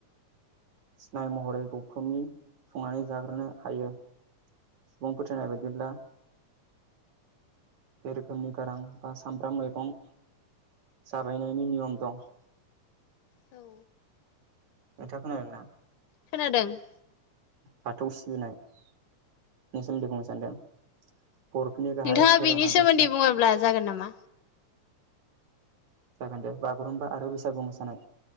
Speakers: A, on the right (about 60°); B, on the left (about 75°).
A: सिनाय महरै गौथुमनि संनानै जाग्रोनो हायो । सुबुं फोथायनाय बायदिब्ला बे रोखोमनि गारां बा सामब्राम मैगं जाबायनायनि नियम दं ।
B: औ
A: नोंथांङा खोनादोंना?
B: खोनादों ।
A: बाथौ सिबिनाय नि सोमोन्दै बुंनो सानदों बर'फनि गाहाय
B: नोंथाङा
A: धोरोमा
B: बेनि सोमोन्दै
A: बाथौ
B: बुङोब्ला
A: ।
B: जागोन नामा?
A: जागोन दे बागुरुम्बा आरो बैसागु मोसानाय ।